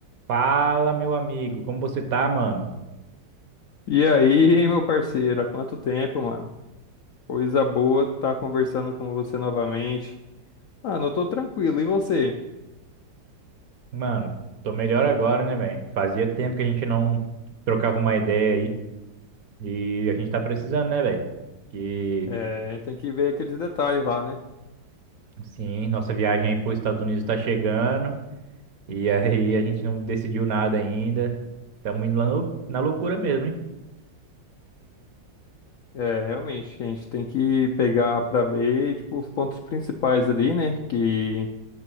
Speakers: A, on the right (about 55°); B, on the left (about 70°).
A: Fala, meu amigo, como você tá, mano?
B: E aí, <laughs> meu parceiro, há quanto tempo, mano? Coisa boa tá conversando com você novamente. Mano, eu tô tranquilo, e você?
A: Mano, tô melhor agora, né, velho? Fazia tempo que a gente não trocava uma ideia aí e a gente tá precisando, né, velho? Que,
B: É, tem que ver aqueles detalhes lá, né?
A: sim, nossa viagem para os Estados Unidos tá chegando e <laughs> aí a gente não decidiu nada ainda. Estamos indo lá no- na loucura mesmo, hein?
B: É, realmente, a gente tem que pegar pra ver, tipo, os pontos principais ali, né? Que